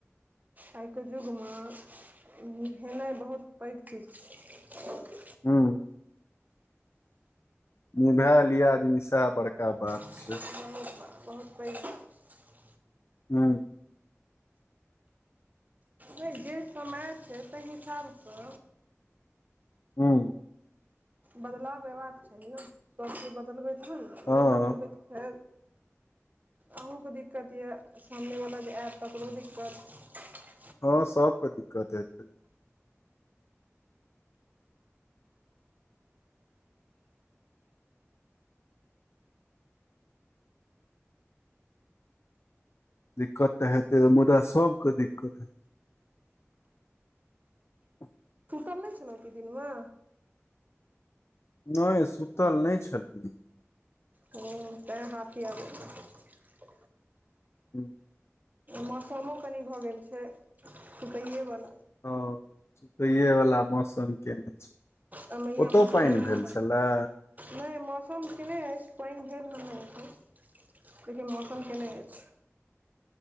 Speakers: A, on the right; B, on the left.
A: आइके युगमे ई हेनाइ बहुत पैघ चीज छै
B: हूँ निभाय लिया आदमी सएह बड़का बात
A: बहुत
B: छै
A: बात बहुत पैघ बात छै
B: हूँ
A: नहि जे समय छै तहि हिसाबसँ
B: हूँ
A: बदलाव अयबाक चाही न सभ चीज बदलबैत तहन न
B: हँ
A: नहि बदलबै तऽ फेर अहूँके दिक्कत या सामनेवला जे आयत तकरो दिक्कत
B: हँ सब दिक्कत हेतै दिक्कत तऽ हेतै तऽ मुदा सभकेँ दिक्कत हेतै <inaudible>
A: चलै छै न दिनमे
B: नहि सुतल नहि छलै
A: हूँ तैँ हाफी आबै या
B: हूँ
A: मौसमो कनि भऽ गेल छै सुतैएवला
B: हाँ सुतैय वला मौसम केने छै
A: आ मैया
B: ओतौ
A: मौसम
B: पानि
A: एनाहिं
B: भेल छलए
A: नहि मौसम के नहि अछि पानि भेल हन नै एखन लेकिन मौसम केए ने अछि